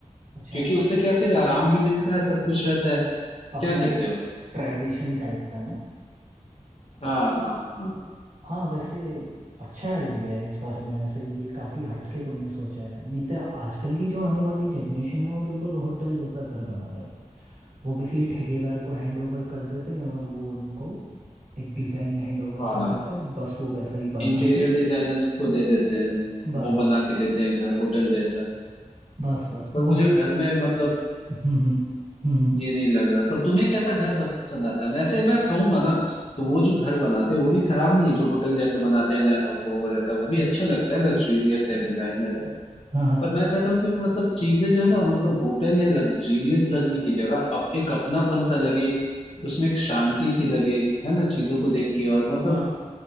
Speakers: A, on the right (about 65°); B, on the left (about 50°).
A: अच्छा
B: क्योंकि
A: अप,
B: उससे क्या फिर आराम भी मिलता है सब कुछ रहता है
A: अपना
B: क्या कहते
A: एक
B: हो
A: ट्रेडिशन टाइप का ना
B: हाँ हाँ हाँ
A: हाँ वैसे अच्छा आइडिया है इस बारे में वैसे ये काफ़ी हटके तुमने सोचा है नहीं तो आजकल की जो आने वाली जनरेशन है वो बिल्कुल होटल जैसा घर बना रहे है वो किसी ठेकेदार को हैंड ओवर कर देते हैं और वो उनको एक डिज़ाइन हैंड ओवर
B: हाँ
A: कर देते हैं बस वो वैसा ही बना
B: इंटीरियर
A: के
B: डिजाइनर्स को दे देते हैं
A: बस
B: वो बना के देते हैं घर होटल जैसा
A: बस बस
B: पर
A: मुझे
B: मुझे घर में मतलब
A: हम्म हम्म हम्म, हम्म।
B: ये नहीं लग रहा पर तुम्हें कैसा घर पसंद आता है वैसे मैं कहूंगा ना तो वो जो घर बनाते हैं वो भी खराब नहीं है जो होटल जैसे बनाते हैं ना वो रहता है वो भी अच्छा लगता है लग्जूरियस है डिजाइनर है
A: हाँ हाँ
B: पर मैं चाहता हूँ कि मतलब चीजें जो है ना मतलब होटल या लग्जूरियस लगने की जगह अब एक अपनापन सा लगे उसमें एक शांति सी लगे है ना चीजों को देख के और मतलब
A: हाँ